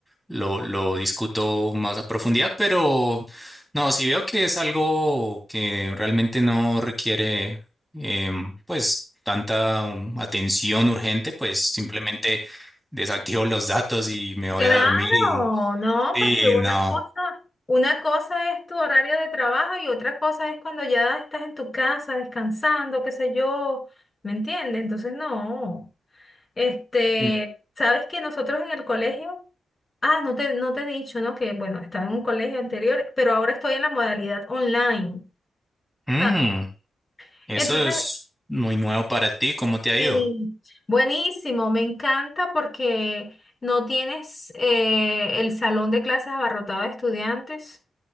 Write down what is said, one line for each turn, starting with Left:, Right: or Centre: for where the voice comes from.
Centre: lo, lo discuto más a profundidad, pero no, si veo que es algo que realmente no requiere em, pues tanta um, atención urgente, pues simplemente desactivo los datos y me voy
Left: Claro,
Centre: a dormir y,
Left: no,
Centre: y
Left: porque una
Centre: no.
Left: cosa, una cosa es tu horario de trabajo y otra cosa es cuando ya estás en tu casa descansando, qué sé yo, ¿me entiendes? Entonces, no. Este,
Centre: Mm,
Left: sabes que nosotros en el colegio, ah, no te, no te he dicho, ¿no? Que bueno, estaba en un colegio anterior, pero ahora estoy en la modalidad online,
Centre: mm,
Left: ¿sabes?
Centre: eso
Left: Entonces,
Centre: es muy nuevo para ti, ¿cómo te ha
Left: y
Centre: ido?
Left: buenísimo, me encanta porque no tienes eh, el salón de clases abarrotado de estudiantes.